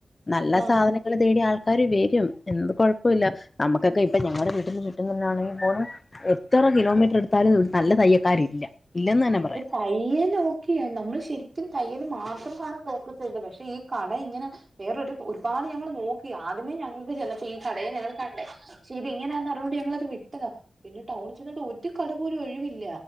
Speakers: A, on the left; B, on the right.
A: നല്ല
B: ആഹ്
A: സാധനങ്ങൾ തേടി ആൾ ക്കാര് വരും എന്നത് കൊഴപ്പൊല്ല നമുക്കൊക്കെ ഇപ്പം ഞങ്ങടെ വീട്ട്ന്ന് കിട്ടുന്നതിനാണെങ്കിപ്പോലും എത്ര കിലോമീറ്റർ എടു നല്ല തയ്യക്കാരില്ല ഇല്ലെന്ന് തന്നെ പറയാം
B: തയ്യലോക്കെയാ നമ്മള് ശരിക്കും തയ്യല് മാത്രമാണ് ഫോക്കസ് ചെയ്തത് പക്ഷെ ഈ കട ഇങ്ങനെ വേറൊരു ഒരുപാട് ഞങ്ങള് നോക്കി ആദ്യമേ ഞങ്ങൾക്ക് ചെന്നപ്പം ഈ കടയാ ഞങ്ങൾ കണ്ടേ പക്ഷെ ഇങ്ങനെയാന്ന് അറിഞ്ഞതോണ്ട് ഞങ്ങളത് വിട്ടതാ പിന്നെ ടൗണിൽ ചെന്നിട്ട് ഒരു കട പോലും ഒഴിവില്ല